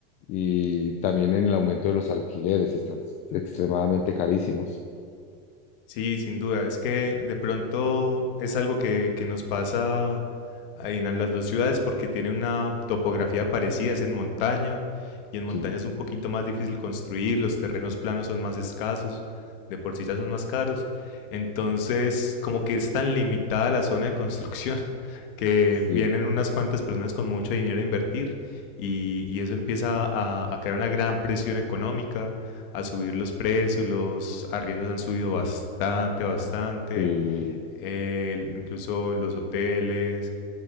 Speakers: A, on the left; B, on the left.
A: y también en el aumento de los alquileres, están extremadamente carísimos.
B: Sí, sin duda. Es que de pronto es algo que, que nos pasa en las dos ciudades porque tienen una topografía parecida, es en montaña y en montaña
A: Sí,
B: es un poquito más difícil construir, los terrenos planos son más escasos, de por sí ya son más caros. Entonces, como que es tan limitada la zona de construcción <laughs> que
A: sí,
B: vienen unas cuantas personas con mucho dinero a invertir y, y eso empieza a, a crear una gran presión económica a subir los precios, los arriendos han subido bastante, bastante,
A: sí,
B: eh, incluso los hoteles.